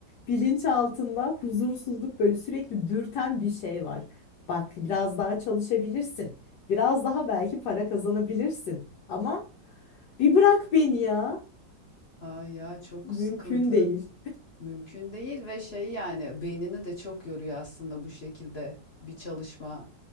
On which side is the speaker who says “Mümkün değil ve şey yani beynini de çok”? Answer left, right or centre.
Left